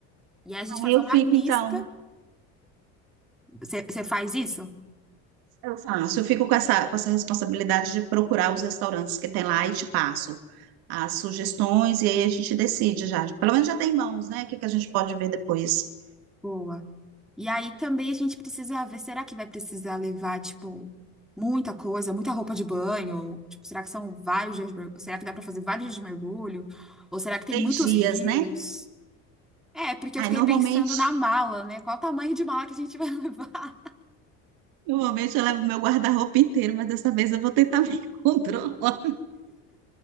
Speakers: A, in the centre; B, on the right.
A: E aí a gente
B: Ah,
A: fazer
B: eu
A: uma
B: fico
A: lista.
B: então.
A: Você faz isso?
B: Eu faço, eu fico com essa, com essa responsabilidade de procurar os restaurantes que tem lá e te passo as sugestões e aí a gente decide já. Pelo menos já tem mãos, né? O que que a gente pode ver depois?
A: Boa. E aí também a gente precisa ver, será que vai precisar levar, tipo, muita coisa, muita roupa de banho? Tipo, será que são vários dias de mergulho? Será que dá pra fazer vários dias de mergulho? Ou será que tem
B: Seis
A: muitos
B: dias,
A: rios?
B: né?
A: É, porque
B: Aí
A: eu fiquei
B: normalmente,
A: pensando na mala, né? Qual o tamanho de mala que a gente vai <laughs> levar?
B: normalmente eu levo meu guarda-roupa inteiro, mas dessa vez eu vou tentar me <laughs> controlar.